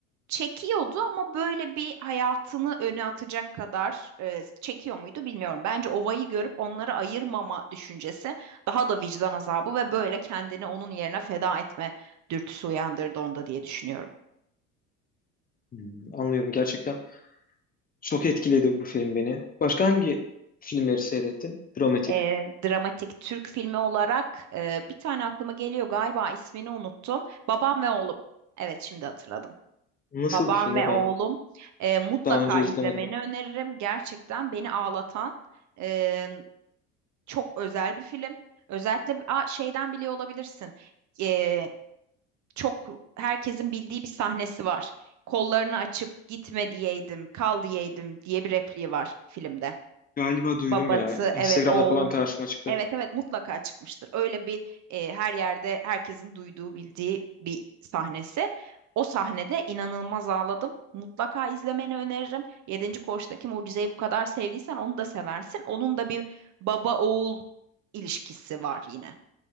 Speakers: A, on the right; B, on the left.
A: Çekiyordu ama böyle bir hayatını öne atacak kadar e, çekiyor muydu bilmiyorum. Bence ovayı görüp onları ayırmama düşüncesi daha da vicdan azabı ve böyle kendini onun yerine feda etme dürtüsü uyandırdı onda diye düşünüyorum.
B: Hmm, anlıyorum gerçekten. Çok etkiledi bu film beni. Başka hangi filmleri seyrettin? Dramatik.
A: e, dramatik Türk filmi olarak e, bir tane aklıma geliyor galiba ismini unuttum. Babam ve Oğlum. Evet şimdi hatırladım.
B: Nasıl
A: Babam
B: bir filmi
A: ve
B: ben
A: Oğlum e, mutlaka
B: Daha önce izlemedim.
A: izlemeni öneririm. Gerçekten beni ağlatan e, çok özel bir film. Özellikle a, şeyden biliyor olabilirsin. E, çok herkesin bildiği bir sahnesi var. Kollarını açıp gitme diyeydim, kal diyeydim diye bir repliği var filmde.
B: Galiba duydum
A: Babası
B: ya. Instagram'da
A: evet oğlunu.
B: falan karşıma çıktı.
A: Evet evet mutlaka çıkmıştır. Öyle bir e, her yerde herkesin duyduğu bildiği bir sahnesi. O sahnede inanılmaz ağladım. Mutlaka izlemeni öneririm. Yedinci Koç'taki mucizeyi bu kadar sevdiysen onu da seversin. Onun da bir baba oğul ilişkisi var yine.